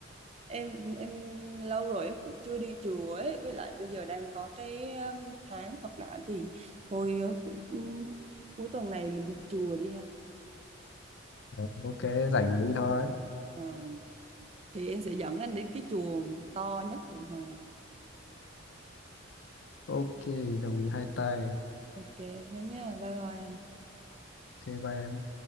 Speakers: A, on the right; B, on the left.
A: em em lâu rồi em cũng chưa đi chùa ấy với lại bây giờ đang có cái um, tháng Phật đản thì thôi uh, cuối, um, cuối tuần này mình đi chùa đi ha
B: Ờ, ok rảnh là đi thôi
A: Ờ, thì em sẽ dẫn anh đến cái chùa to nhất quận Hai
B: ok đồng ý hai tay
A: ok thế nhá bye bye anh
B: ok bye em